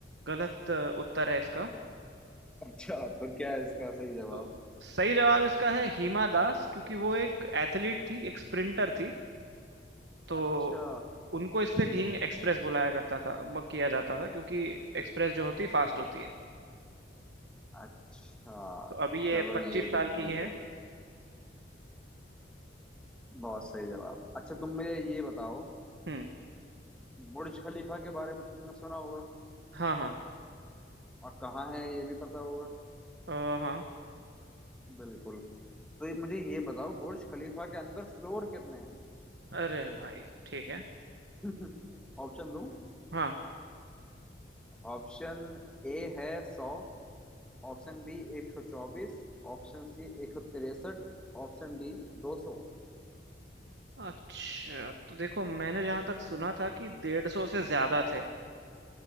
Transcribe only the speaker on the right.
गलत अ, उत्तर है इसका
तो सही जवाब इसका है हिमा दास क्योंकि वो एक एथलीट थी एक स्प्रिंटर थी तो
उनको इसलिए ढींग एक्सप्रेस बुलाया करता था म- किया जाता था क्योंकि एक्सप्रेस जो होती फास्ट होती है
तो अभी ये
पच्चीस
साल
की ही है
हम्म
हाँ हाँ
अ, हाँ
अरे भाई ठीक है
हाँ
अच्छा तो देखो मैंने जहां तक सुना था कि डेढ़ सौ से ज्यादा थे